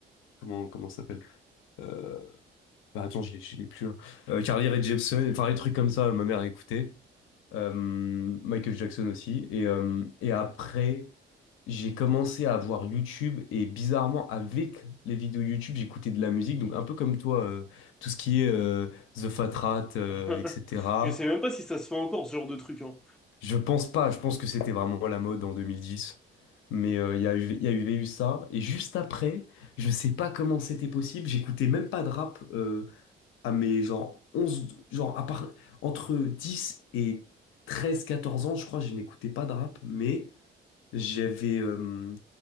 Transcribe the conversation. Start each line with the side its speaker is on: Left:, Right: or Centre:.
Left: comment, comment ça s'appelle? Euh, bah attends, je l'ai je l'ai plus là. Euh, Carly Rae Jepsen, enfin les trucs comme ça, ma mère écoutait euh, Michael Jackson aussi. Et, euh, et après, j'ai commencé à voir YouTube et bizarrement, avec les vidéos YouTube, j'écoutais de la musique. Donc un peu comme toi, euh, tout ce qui est euh, The Fat Rat, euh,
Centre: <laughs>
Left: etc.
Centre: Je sais même pas si ça se fait encore, ce genre de truc, hein.
Left: Je pense pas, je pense que c'était vraiment la mode en deux mille dix Mais euh, il y a eu, il y a eu il y a eu ça. Et juste après, je sais pas comment c'était possible, j'écoutais même pas de rap. euh, à mes genre onze genre à part, entre 10 et 13 14 ans, je crois, je n'écoutais pas de rap, mais j'avais. euh,